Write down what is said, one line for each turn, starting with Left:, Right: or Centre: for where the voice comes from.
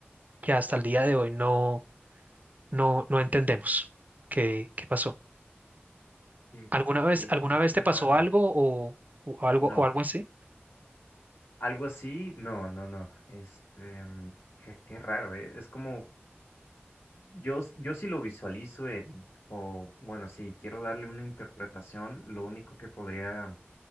Right: que hasta el día de hoy no, no, no entendemos qué, qué pasó.
Left: qué,
Right: ¿Alguna vez,
Left: qué,
Right: alguna
Left: qué,
Right: vez
Left: qué
Right: te pasó
Left: raro.
Right: algo o, o algo
Left: No,
Right: o algo así?
Left: algo así, no, no, no, este, mm, qué, qué raro, eh, Es como, yo, s- yo sí lo visualizo en, o bueno, si quiero darle una interpretación, lo único que podría